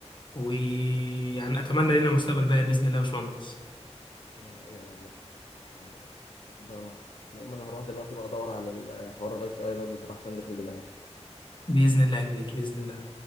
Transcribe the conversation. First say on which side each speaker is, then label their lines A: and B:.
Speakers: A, on the left; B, on the left.
A: ويعني اتمنى لنا مستقبل باهر باذن الله يا باشمهندس
B: ده حقيقة والله يعني ربنا معاك المهم انا هروح دلوقتي بقى ادور على الحوار الاي تي اي ده بصراحه عشان داخل دماغي
A: باذن الله يا كبير باذن الله